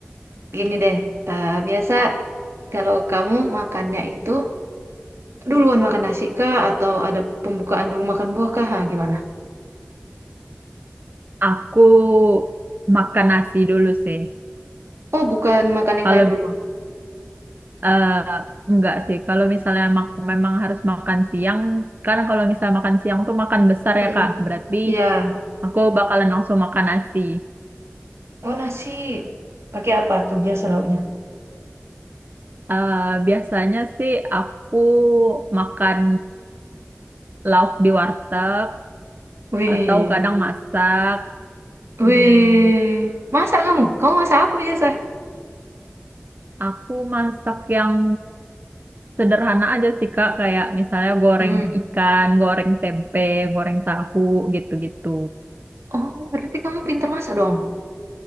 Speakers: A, on the right; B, on the right.
A: Gini deh. Eh, biasa kalau kamu makannya itu Duluan makan nasi kah atau ada pembukaan dulu makan buah kah? Ha, gimana?
B: Aku makan nasi dulu sih.
A: Oh, bukan makan yang
B: Kalau
A: lain dulu.
B: eh, enggak sih, kalau misalnya mak- memang harus makan siang, kan kalau misalnya makan siang tuh makan besar
A: Mm-mm.
B: ya Kak. Berarti
A: Ya.
B: Aku bakalan langsung makan nasi.
A: Oh, nasi pakai apa tuh biasa lauknya?
B: Eh, biasanya sih aku makan lauk di warteg
A: Wih.
B: atau kadang masak. Hmm,
A: Wih. Masak kamu? Kamu masak apa biasa?
B: aku masak yang sederhana aja sih Kak, kayak misalnya goreng
A: Hmm.
B: ikan, goreng tempe, goreng tahu gitu-gitu.
A: Oh, berarti kamu pintar masak dong.